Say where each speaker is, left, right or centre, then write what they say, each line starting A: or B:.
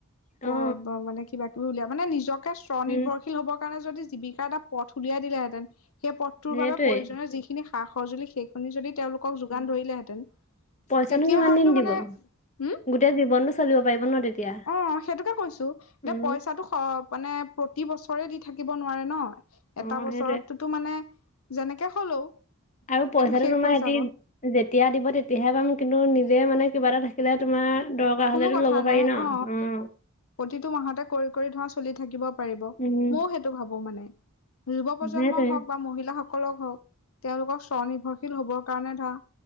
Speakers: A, on the left; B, on the left.
A: অ
B: প ব মানে কিবা। উলিয়া মানে নিজকে স্ব
A: উম
B: নিৰ্ভৰশল হ'বৰ কাৰণে য জীৱিকাৰ এটা পথ উলিয়াই দিলেঁতেন। সেই পথটোৰ
A: সেইটোৱে
B: বাবে প্ৰয়োজনীয় যিখিনি সা সজুলি সেইখিনি যদি তেওঁওলোকক যোগান ধৰিলেহেঁতেন।
A: পইচা
B: তেতিয়া
A: কিমান
B: হয়তো
A: দিন দিব
B: মানে হম
A: গোটেই জীৱনতটো চলিব পাৰিব ন তেতিয়া।
B: অ সেইটোকে কৈছো
A: উম
B: দে পইচাটো স মানে প্ৰতি বছৰে দি থাকিব নোৱাৰে ন।
A: অ
B: এটা বছৰতোতো
A: সেইটোৱে
B: মানে যেনেকে হলেও।
A: আৰু পইচাটো
B: সেইটো শেষ
A: তোমাৰ
B: হৈ
A: সিতি
B: যাব
A: যেতিয়া দিব তেতিয়াহে পাম কিন্তু নিজে মানে। কিবা এটা থাকিলে তোমাৰ দৰকাৰ
B: কোনো
A: হলেতো
B: কথা
A: ল'ব
B: নাই
A: পাৰি ন
B: অ
A: উ।
B: প্ৰতিটো মাহতে কৰি কৰি ধৰা চলি থাকিব পাৰিব ময়ও
A: উম
B: সেইটো ভাবো মানে। যুৱ প্ৰজন্মই
A: সেইটোৱে
B: হওক বা মহিলাসকলক হওক তেওঁলোকক স্ব নিৰ্ভৰশীল হব। কাৰণে ধৰা।